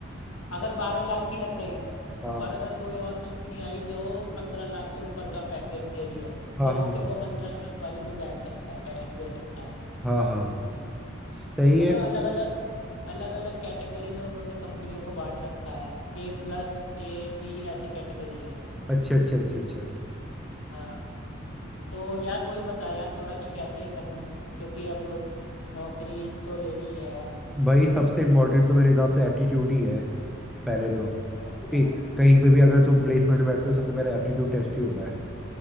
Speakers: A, on the left; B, in the centre.
A: अगर बारह लाख की लग गई
B: हाँ
A: और अगर कोई और कंपनी आई जो पंद्रह लाख से ऊपर का पैकेज दे रही है
B: हाँ
A: तो वो
B: हाँ
A: फिर वो पंद्रह लाख वाली में बैठ सकता है टेस्ट दे सकता है
B: हाँ हाँ सही
A: मतलब
B: है
A: अलग अलग अलग अलग कैटेगरी में उन्होंने कंपनियों को बांट रखा है ए प्लस ए बी ऐसे कैटेगरी है
B: अच्छा अच्छा अच्छा अच्छा
A: हाँ। तो यार वही बता यार थोड़ा कि कैसे करूं क्योंकि अब नौकरी तो लेनी है यार
B: भाई सबसे इम्पोर्टेंट तो मेरे हिसाब से एप्टीट्यूड ही है पहले तो क्योंकि
A: अच्छा
B: कहीं पे भी अगर तू प्लेसमेंट बैठते हो सबसे पहले एप्टीट्यूड टेस्ट ही होता है